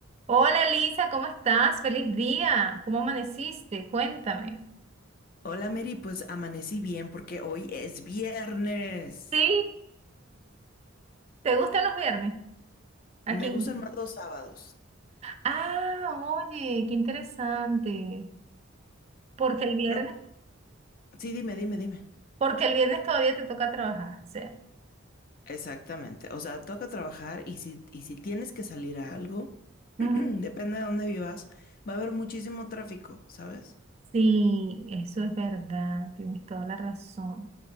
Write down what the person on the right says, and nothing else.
Hola Elisa, ¿cómo estás? Feliz día. ¿Cómo amaneciste? Cuéntame.
Sí. ¿Te gustan los viernes? ¿A
quién?
Ah, oye, qué interesante. Porque el viernes,
porque el viernes todavía te toca trabajar. O sea,
Ujú.
sí, eso es verdad. Tienes toda la razón.